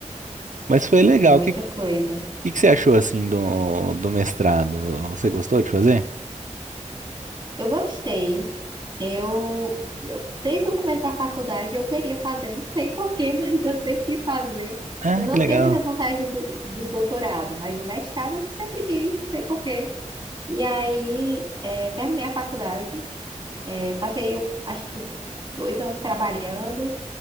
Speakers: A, on the right; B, on the right.
A: Mas foi legal.
B: é muita
A: O que,
B: coisa.
A: que, que você achou, assim, do, do mestrado? Você gostou de fazer?
B: Eu gostei. Eu, eu- desde o começo da faculdade eu queria fazer, não sei porquê, <laughs> mas eu sempre quis fazer.
A: Ah,
B: Eu não
A: que legal.
B: tenho muita vontade do, do doutorado, mas o mestrado eu sempre quis, não sei porquê. E aí é, terminei a faculdade, é, passei eu acho que dois anos trabalhando,